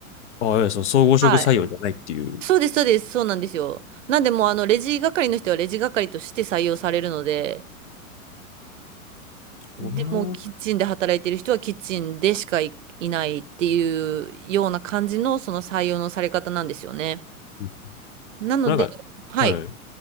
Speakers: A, on the left (about 50°); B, on the right (about 60°).
A: ああ、いやその総合職採用じゃないっていう。
B: はいそうです、そうです、そうなんですよ。なんでもうあの、レジ係の人はレジ係として採用されるので、でもうキッチンで働いてる人はキッチンでしかい、
A: そうだな
B: いないっていうような感じのその採用のされ方なんですよね。
A: うん
B: なので、
A: なんか、
B: はい。
A: はい。